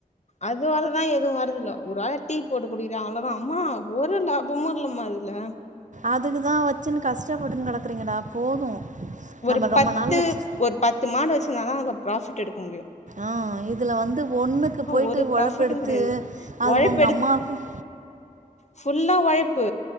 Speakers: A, on the left; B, on the right.
A: அதுவாலதா எதுவும் வரதில்ல ஒரு வேளை டீ போட்டு குடிக்கிறேன் அவ்ளோதான் அம்மா ஒரு லாபமும் இல்லம்மா அதுல
B: அதுக்குதான் வச்சுன்னு கஷ்டப்பட்டுன்னு கெடக்குறீங்களா போதும் நம்ம
A: ஒரு
B: ரொம்ப
A: பத்து
B: நாள் வச்சு
A: ஒரு பத்து மாடு ருந்துச்சுனாதான் அதுல ப்ராஃபிட் எடுக்க முடியும்
B: ஆஹ்ன் இதில வந்து ஒன்னுக்கு போயிட்டு
A: ஒரு ப்ராஃபிட்டு
B: ஒழைப்பெடுத்து
A: கெடையாது
B: அது
A: ஒழைப்பெடு
B: உங்க அம்மாவுக்கும்
A: ஃபுல்லா ஒழைப்பு